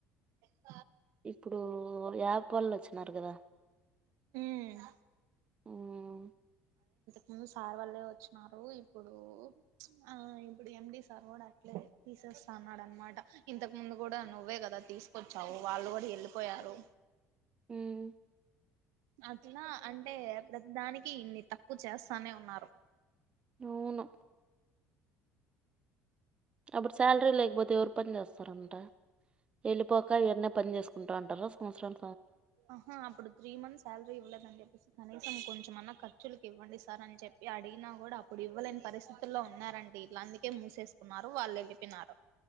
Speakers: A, on the right (about 75°); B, on the right (about 20°).
A: అ
B: ఇప్పుడు యాప్ వాళ్ళు వచ్చినారు కదా
A: మ్మ్
B: ఉమ్
A: ముందు సార్ వళ్లే వచ్చినారు ఇప్పుడు ఆ ఇప్పుడు ఎండి సార్ కూడా అట్లే తీస్ తేస్తన్నాడు అనమాట ఇంతకు ముందు కూడా నువ్వే కదా తీసుకొచ్చావు వాళ్ళు కూడా వెళ్ళిపోయారు
B: మ్మ్
A: అట్లా అంటే ప్రతి దానికి ఇన్ని తక్కువ చేస్తానే ఉన్నారు
B: అవును అప్పుడు శాలరీ లేకపోతే ఎవరు పని చేస్తారంట వెళ్ళిపోక ఎవరి పని చేసుకో ఉంట ఉంటారు సంవత్సరాం
A: ఆహా అప్పుడు త్రీ మంత్ సాలరి ఎవలేద్ అని చెప్పేసి అని తమ్ కొంచమన్నా ఖర్చులకు ఇవ్వండి సార్ అని చెప్పి అడిగిన కూడా అప్పుడు ఇవ్వలేని పరిస్థితుల్లో ఉన్నారండి ఇలా అందుకే మూసేసుకున్నారు వాళ్ళు వెళ్ళిపోయినారు